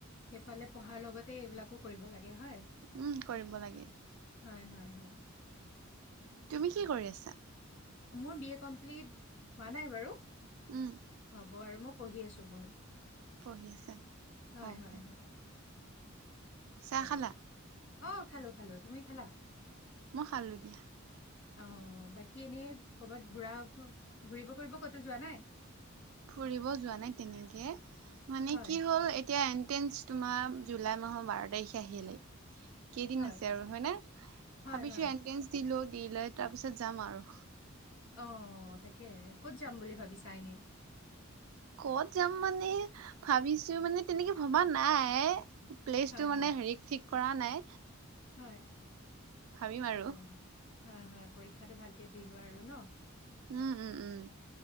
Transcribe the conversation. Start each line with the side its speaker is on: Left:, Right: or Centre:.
Left: সেইফালে পঢ়াৰ লগতে এইবিলাকো কৰিব লাগে হয়।
Right: উম কৰিব লাগে।
Left: হয় হয় হয়।
Right: তুমি
Left: তাকে।
Right: কি কৰি আছা?
Left: মোৰ বি এ কমপ্লিট হোৱা নাই বাৰু।
Right: উম।
Left: হব আৰু মই পঢ়ি আছো ময়ো।
Right: পঢ়ি আছা
Left: হয়
Right: অ'।
Left: হয় হয়
Right: চাহ
Left: তাকে
Right: খালা
Left: অ খালো খালো। তুমি খালা?
Right: মই খালোঁ দিয়া।
Left: অ বাকী এনেই কৰ'বাত ঘূৰা ঘূৰিব কৰিব কতো যোৱা নাই।
Right: ফুৰিব যোৱা নাই তেনেকে মানে
Left: হয়,
Right: কি হ'ল এতিয়া। এণ্ট্ৰেন্স তোমাৰ জুলাই মাহৰ বাৰ তাৰিখে আহিলে। কেইদিন
Left: হয়,
Right: আছে আৰু হয় নে
Left: হয়,
Right: ভাবিছো
Left: হয়।
Right: এণ্ট্ৰেন্স দি লও। দি লৈ তাৰ পিছত যাম আৰু।
Left: অ তাকে ক'ত যাম বুলি ভাবিছা এনে।
Right: কত যাম মানে ভাবিছো মানে তেনেকে ভবা নাই। প্লেচ
Left: হয়,
Right: টো মানে
Left: হয়,
Right: হেৰিক ঠিক কৰা নাই।
Left: হয়
Right: ভাবিম আৰু।
Left: হয়। হয় হয় পৰীক্ষাটো ভালকে দি লোৱা আৰু ন।
Right: উম উম উম